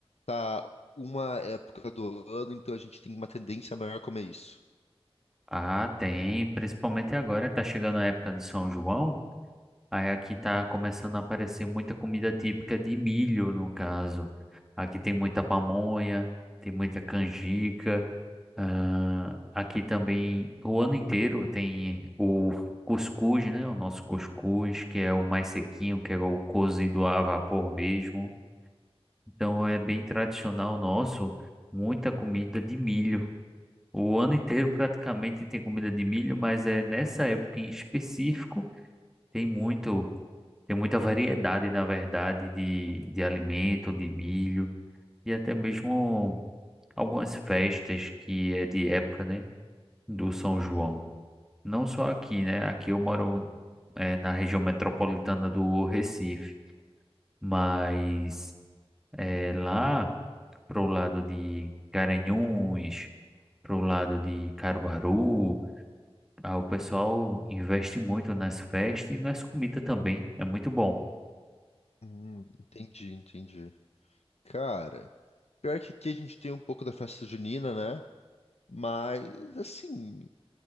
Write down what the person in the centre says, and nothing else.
Ah, tem, principalmente agora, tá chegando a época de São João, aí aqui tá começando a aparecer muita comida típica de milho, no caso. Aqui tem muita pamonha, tem muita canjica, ah, aqui também o ano inteiro tem o cuscuz, né? O nosso cuscuz, que é o mais sequinho, que é o cozido a vapor mesmo. Então é bem tradicional nosso, muita comida de milho. O ano inteiro praticamente tem comida de milho, mas é nessa época em específico tem muito, tem muita variedade, na verdade, de, de alimento, de milho e até mesmo algumas festas que é de época, né, do São João.
Não só aqui, né? Aqui eu moro eh, na região metropolitana do Recife, mas eh, lá pro lado de Garanhuns, pro lado de Caruaru Ah, o pessoal investe muito nas festas e nas comidas também. É muito bom.